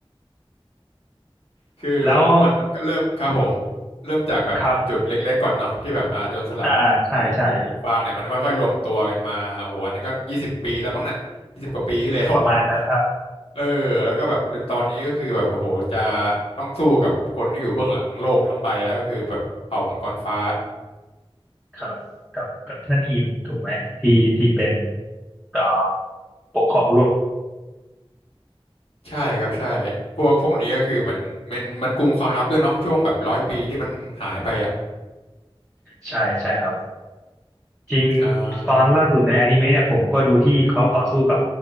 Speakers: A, in the centre; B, on the left (about 85°).
A: <laughs>
B: คือ
A: แล้ว
B: มันมันก็เริ่มครับผมเริ่มจากแบบจุดเล็กๆก่อนเนาะที่แบบอ่าโจรสลัดไอ้กลุ่มหมวกฟางเนี่ยมันค่อยๆรวมตัวกันมาโอ้โหอันนั้นก็ยี่สิบปีแล้วมั้งน่ะยี่สิบกว่าปีที่แล้ว
A: ครับอ่าใช่ใช่
B: <laughs>
A: ประมาณนั้นครับ
B: เออแล้วก็แบบจนตอนนี้ก็คือแบบโอ้โหจะต้องสู้กับคนที่อยู่เบื้องหลังโลกทั้งใบแล้วก็คือแบบเผ่ามังกรฟ้า
A: ครับกับกับท่านอิมถูกไหมที่ที่เป็นเอ่อปกครองโลก
B: ใช่ครับใช่พวกพวกนี้ก็คือเหมือนมันมันกลุ่มความลับด้วยเนาะช่วงแบบร้อยปีที่มันหายไปอ่ะ
A: ใช่ใช่ครับจริง
B: อ่า
A: ตอนล่าสุดในอนิเมะเนี่ยผมก็ดูที่เขาต่อสู้กับ